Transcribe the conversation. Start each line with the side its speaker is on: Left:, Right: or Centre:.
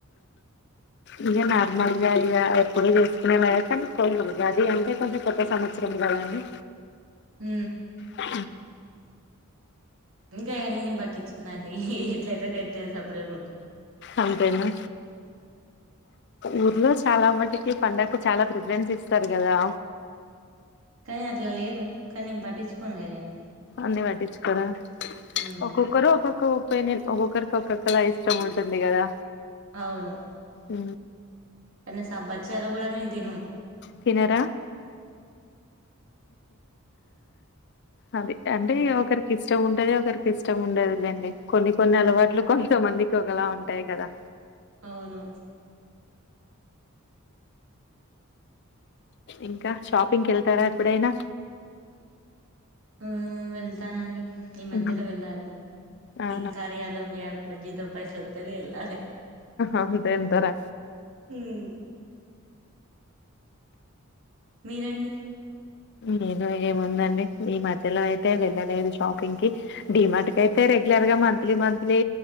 Left: ఇంక నార్మల్గా ఇక ఎప్పుడూ చేసుకునేవా కానీ ఉగాది అంటే కొంచెం కొత్త సంవత్సరం కదండి
Right: హ
Left: ఆ
Right: ఇంకా అవన్నీ పట్టించుకొను అండి ఎట్లయితే గట్ సప్పుడేకుం
Left: అంతేనా ఊర్లో చాలా మట్టి కి పండగ చాలా ప్రిఫరెన్స్ ఇస్తారు కదా
Right: కానీ అట్లా లేదు కా నేను పట్టించుకోనగాయన్ని
Left: అన్ని పట్టించు కరా
Right: ఉమ్
Left: ఒక్కొక్కరు ఒక్కొక్క నేను ఒక్కొక్కరికి ఒక్కొక్కలా ఇష్టం ఉంటుంది కదా
Right: అవును
Left: అ
Right: కనీస బచ్చలు కూడా మీ తిను
Left: తినార అదే అంటే ఒకరికి ఇష్టం ఉంటది ఒకరికి ఇష్టం ఉండేదిలేండి కొన్ని కొన్ని అలవాట్లు కొంతమందికి ఒకలా ఉంటాయి కదా
Right: అవును
Left: ఇంకా షాపింగ్కిళ్తారా ఎప్పుడైనా
Right: ఆ వెళ్తానండి ఈ మధ్యలో
Left: మ్మ్
Right: వెళ్ళాలి
Left: అవునా
Right: ఈ కార్యాలయం మీ యాప్ల జీతం పైసలు ఎల్లలే
Left: అంతే అంటారు
Right: హ్మ్ మీరండి
Left: నేను ఏముందండి ఈ మధ్యలో అయితే వెళ్ళలేదు ఏముంది ఆండీ ఈ మధ్య లో ఐతే వెళ్లలేదు షాపింగ్ కి డిమార్ట్ కి అయితే రెగ్యులర్ గా మంత్లీ మంత్లీ